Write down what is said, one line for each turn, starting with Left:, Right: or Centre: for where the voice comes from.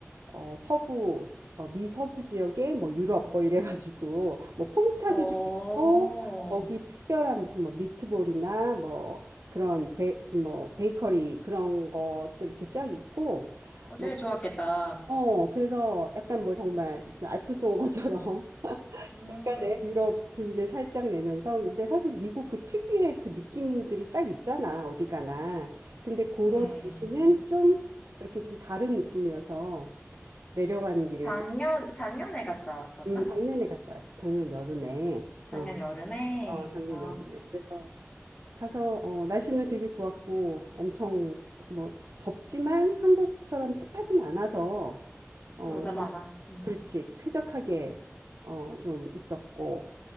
Right: 어, 서부 어, 미 서부 지역에 뭐 유럽 뭐 이래가지고 뭐 풍차도
Left: 오,
Right: 좀 있고 거기 특별한 무슨 뭐 미트볼이나 뭐 그런 베, 뭐 베이커리 그런 것들 이렇게 쫙 있고.
Left: 어, 되게
Right: 뭐
Left: 좋았겠다.
Right: 어, 그래서 약간 뭐 정말 무슨 알프오머처럼 <laughs>
Left: 음,
Right: 약간의 유럽 분위기를 살짝 내면서 근데 사실 미국 그 특유의 그 느낌들이 딱 있잖아, 어디 가나. 근데 그런
Left: 음.
Right: 도시는 좀 이렇게 좀 다른 느낌이어서 내려가는 길에
Left: 작년,
Right: 되게-
Left: 작년에 갔다 왔었나?
Right: 음, 작년에 갔다 왔지. 작년 여름에.
Left: 작년
Right: 어,
Left: 여름에,
Right: 어, 작년
Left: 아,
Right: 여름에. 그래서 가서 어, 날씨는 되게 좋았고 엄청 뭐 덥지만 한국처럼 습하진 않아서 어,
Left: 맞아,
Right: 좀-
Left: 맞아. 음.
Right: 그렇지. 쾌적하게 어, 좀 있었고